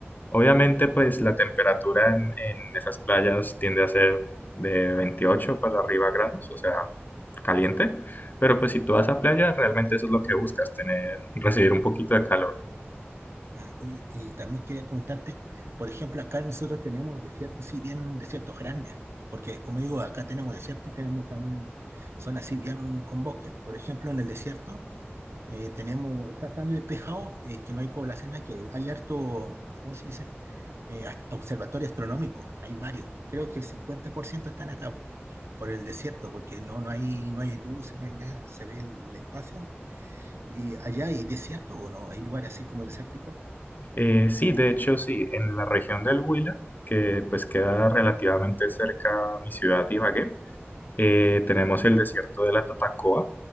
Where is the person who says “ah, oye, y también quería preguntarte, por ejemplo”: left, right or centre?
Right